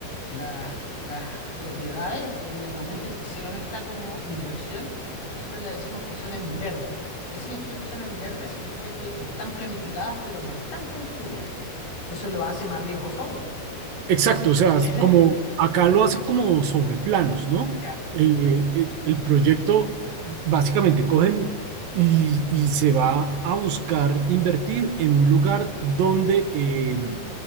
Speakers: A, on the left; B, on the right.
A: las las propiedades, en el momento en que hicieron esta como inversión, nosotros le decimos que son en verde. ¿Qué significa que son en verde? Significa que están planificadas, pero no están construidas, que eso lo hace más riesgoso aún.
B: Exacto, o sea,
A: <laughs>
B: como acá lo hace como sobre planos, ¿no?
A: Claro.
B: Eh, eh, el proyecto básicamente cogen y, y se va a buscar invertir en un lugar donde, eh,